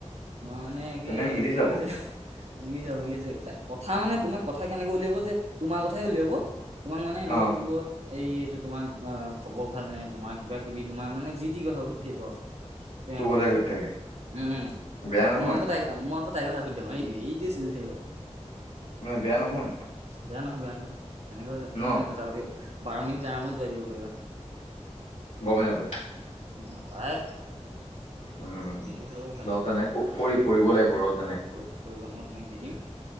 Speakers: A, on the right (about 65°); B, on the left (about 90°).
A: মই মানে এ
B: তেনে মিলি
A: যেনেকুৱা
B: যাব
A: যে মিলি যাও মিলিছে তাই। কথা মানে তোমাৰ কথা কেনেকৈ উলিয়াব যে তোমাৰ কথাই উলিয়াব। তোমাক মানে এনেকৈ
B: অ
A: সুধিব এই এইটো তোমাক অ খবৰ ভাল নে তোমাক কিবা-কিবি তোমাৰ মানে যি-তি কথা সুধি থাকিব আৰু। তেনেকুৱা।
B: তোৰ কথাই সুধি থাকে
A: উম,
B: বেয়া
A: আকৌ
B: নহয়
A: মই আক' তাইক মই আকৌ তাইৰ কথা সুধি দিওঁ। এইটো এইটোৱে চলি থাকিব।
B: <unintelligible> বেয়া নহয়।
A: বেয়া নহয়, বেয়া নহয়। তেনেকৈ তুমি
B: ন
A: মানে কথা পাতি বাৰ মিনিট আৰামত যোৱাই দিব পাৰিবা।
B: গমে নাপায়।
A: এ নাপায়।
B: উম
A: সেইটো হ'লেও ভাল
B: ল তেনে ক-কৰি-কৰিব লাগিব ৰহ তেনে।
A: কৰি-কৰিবা মই তোমাক দি দিম।